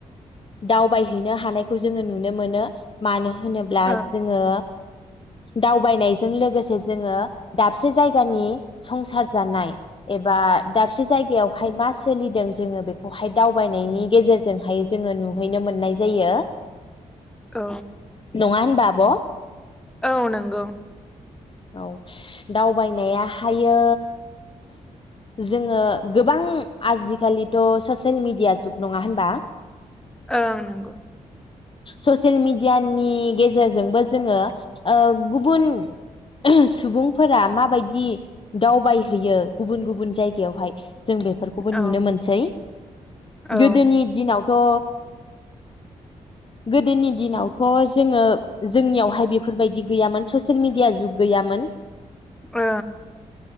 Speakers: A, on the left; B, in the centre.
A: दावबायहैनो हानायखौ जोंङो नुनो मोनो मानो होनोब्ला
B: औ
A: जोंङो दावबायनायजों लोगोसे जोङो दाबसे जायगानि संसार जानाय एबा दाबसे जायगायावहाय मास सोलिदों जोंङो बेखौहाय दावबायनायनि गेजेरजोंहाय जोङो नुहैनो मोननाय जायो।
B: औ
A: नङा होनबा? ब
B: औ नोंगौ।
A: औ दावबायनायाहायो जोङो गोबां आजिखालिथ' ससियेल मिडिया जुग नङा होनबा?
B: ओ नोंगौ।
A: ससियेल मिडियानि गेजेरजोंबो जोङो गुबुन सुबुंफोरा माबायदि दावबायहैयो गुबुन गुबुन जायगायावहाय जों बेफोरखौबो नुनो
B: औ
A: मोनसै
B: औ ओं
A: गोदोनि दिनाव थ गोदोनि दिनावथ' जोंङो जोंनियावहाय बेफोरबायदि गैयामोन ससियेल मिडिया जुग गैयामोन।
B: ओ।